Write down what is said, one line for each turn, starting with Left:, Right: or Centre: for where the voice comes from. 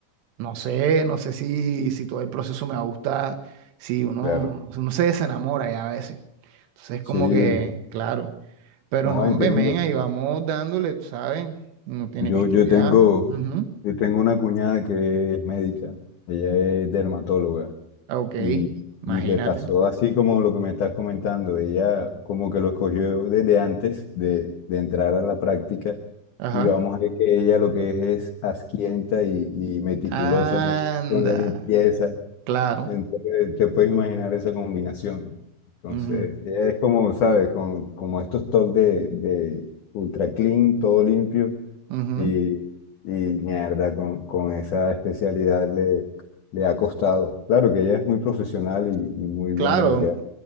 Right: No sé, no sé si, si todo el proceso me va a gustar, si uno,
Left: claro.
Right: uno se desenamora ya a veces. Entonces es
Left: Sí,
Right: como que, claro. Pero
Left: no
Right: no,
Left: entiendo.
Right: hombre, men, ahí vamos dándole, tú ¿sabes? Uno tiene
Left: Yo,
Right: que estudiar.
Left: yo tengo,
Right: Ujú.
Left: yo tengo una cuñada que es médica, ella es dermatóloga
Right: Ah, Ok,
Left: y,
Right: imagínate.
Left: y le pasó así como lo que me estás comentando, ella como que lo escogió desde antes de, de entrar a la práctica
Right: Ajá.
Left: y vamos a ver que ella lo que es es asquienta y, y meticulosa
Right: Anda,
Left: con, con la limpieza
Right: claro.
Left: Entonces, te puedes imaginar esa combinación. Entonces,
Right: Ujú,
Left: ella es como, ¿sabes? Con, como estos toques de, de ultra clean, todo limpio.
Right: ujú.
Left: Y, y mierda, con, con esa especialidad le, le ha costado. Claro que ella es muy profesional y, y muy
Right: Claro,
Left: buena en lo que hace.